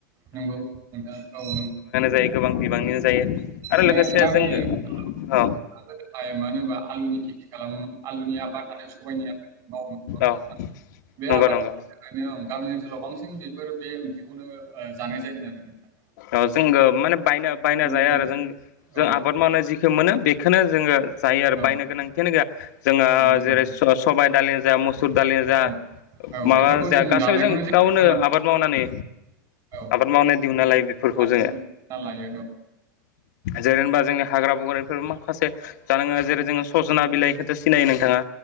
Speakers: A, on the right; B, on the left.
A: नोंगौ नोंथां औ नों
B: जायो गोबां बिबांनिनो जायो। आरो
A: माने
B: लोगोसे
A: गामि
B: जोङो
A: <inaudible>
B: औ
A: मानो होनबा आलुनि खेथि खालामोमोन आलुनि आबाद आरो सबाइनि आबाद मावोमोन नङा होमबा नोंथां
B: औ
A: बे
B: नंगौ
A: आबादनि
B: नंगौ
A: थाखायनो ओं। गामि ओनसोलाव बांसिन बेफोर बे ओंख्रिखौनो ओ जानाय जायोमोन आरो नोंथां।
B: ओ जोंगो माने बायनो बायना
A: मावनाय
B: जाया
A: जायो
B: आरो जों जों
A: औ
B: आबाद मावनाय जिखो मोनो बे खोनो जोङो जायो आरो
A: औ
B: बायनो गोनांथियानो गैया जोङो
A: नंगौ नोंथां
B: जेरै स-सबाइ दालि जा मु सुर दालिनो जा
A: औ औ
B: माबा
A: बेफोरखौ
B: जा गासै
A: जानायखौनो
B: जों
A: नङा
B: गावनो
A: होमबा
B: आबाद मावनानै
A: औ
B: आबाद मावनाय दिहुनना लायो बेफोरखौ
A: आबाद
B: जोङो
A: मावना लायो औ
B: जेरै होनबा जोंनि हाग्रा बंग्रानिफोर माखासे जानाङा जेरै जोङो सजना बिलाइखौथो सिनायो नोंथाङा?